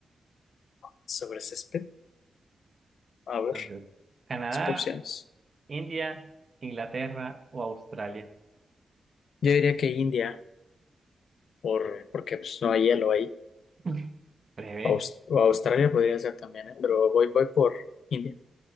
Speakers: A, on the left (about 80°); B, on the right (about 45°).
A: ¿Sobre césped? A ver,
B: Entonces, ¿Canadá,
A: las opciones.
B: India, Inglaterra o Australia?
A: Yo diría que India. por, porque pues, no hay hielo ahí.
B: <laughs> Breve.
A: Aus- o Australia podría ser también, ¿eh? Pero voy, voy por India,